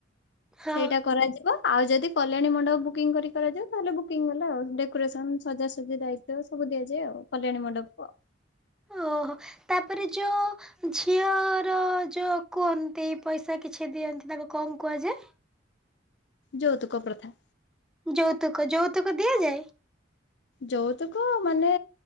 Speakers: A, in the centre; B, on the left (about 65°).
A: ହଁ
B: ସେଇଟା କରାଯିବ। ଆଉ ଯଦି କଲ୍ୟାଣୀ ମଣ୍ଡପ ବୁକିଂ କରି କରାଯିବ ତାହେଲେ ବୁକିଂ ଗଲା ଆଉ ଡେକୋରେସନ ସଜାସଜି ଦାୟିତ୍ଵ ସବୁ ଦିଆଯାଏ ଆଉ କଲ୍ୟାଣୀ ମଣ୍ଡପକୁ ଆଉ।
A: ଓହୋ ତାପରେ ଯୋ ଝିଅର ଯୋଉ କୁହନ୍ତି ପଇସା କିଛି ଦିଅନ୍ତି ତାଙ୍କୁ କଣ କୁହାଯାଏ?
B: ଯୌତୁକ ପ୍ରଥା।
A: ଯୌତୁକ। ଯୌତୁକ ଦିଆଯାଏ?
B: ଯୌତୁକ ମାନେ